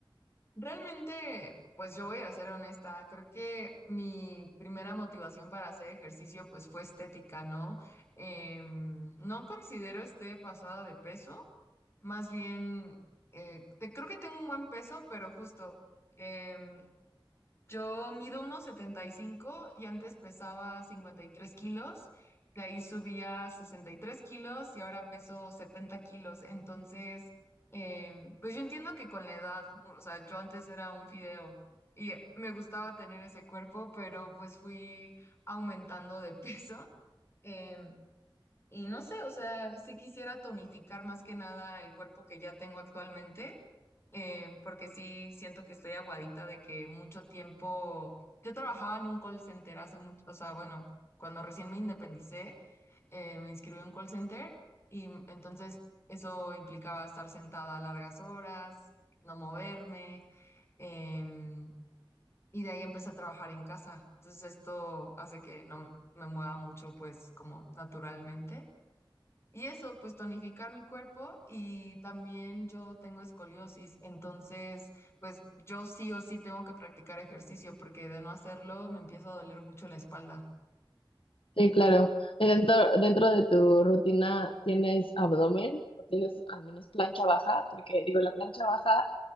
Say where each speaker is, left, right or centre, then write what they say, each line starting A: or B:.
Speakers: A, on the left; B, on the left.
A: realmente, pues yo voy a ser honesta, creo que mi primera motivación para hacer ejercicio pues fue estética, ¿no? Em, no considero esté pasada de peso, más bien, eh, te- creo que tengo un buen peso, pero justo... em, Yo mido unos setenta y cinco y antes pesaba 53 kilos, de ahí subía tres kilos y ahora peso 70 kilos. Entonces, em, pues yo entiendo que con la edad, o sea, yo antes era un fideo y me gustaba tener ese cuerpo, pero pues fui aumentando de <laughs> peso. em, y no sé, o sea, sí quisiera tonificar más que nada el cuerpo que ya tengo actualmente eh, porque sí siento que estoy aguadita de que mucho tiempo, yo trabajaba en un call center hace mucho, o sea, bueno, cuando recién me independicé, eh, me inscribí en un call center y m- entonces eso implicaba estar sentada largas horas, no moverme, em, y de ahí empecé a trabajar en casa. Entonces esto hace que no m- me mueva mucho, pues como naturalmente. Y eso, pues tonificar mi cuerpo y también yo tengo escoliosis, entonces pues yo sí o sí tengo que practicar ejercicio porque de no hacerlo me empieza a doler mucho la espalda.
B: Sí, claro. Y dentro, dentro de tu rutina, ¿tienes abdomen o tienes al menos plancha baja? Porque digo, la plancha baja